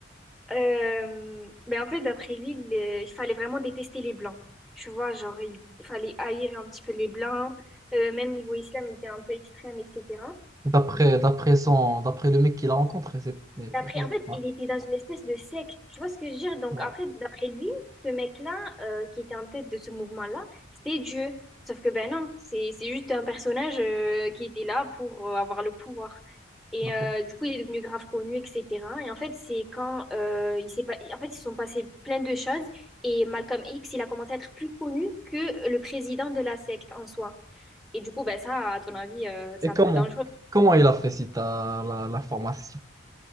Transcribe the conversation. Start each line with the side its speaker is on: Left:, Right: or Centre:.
Centre: euh, ben en fait d'après lui, le- il fallait vraiment détester les blancs. Tu vois, genre il, il fallait haïr un petit peu les blancs, euh, même niveau islam, il était un peu extrême, etc.
Right: D'après, d'après son, d'après le mec qu'il a rencontré, c'est, mais-
Centre: D'après,
Right: mais
Centre: en fait,
Right: ouais,
Centre: il était dans une espèce de secte. Tu vois ce que je veux dire? Donc,
Right: ouais,
Centre: après, d'après lui, ce mec-là, euh, qui était en tête de ce mouvement-là, c'était Dieu. Sauf que, ben non, c'est, c'est juste un personnage, euh, qui était là pour euh, avoir le pouvoir. Et
Right: ok.
Centre: euh, du coup, il est devenu grave connu, etc. Et en fait, c'est quand euh, il s'est pas... en fait, ils se sont passés plein de choses. Et Malcolm X, il a commencé à être plus connu que le président de la secte en soi. Et du coup, ben ça, à ton avis, euh, c'est
Right: Et
Centre: un
Right: comment,
Centre: peu dangereux.
Right: comment il a fait si t'as la, la formation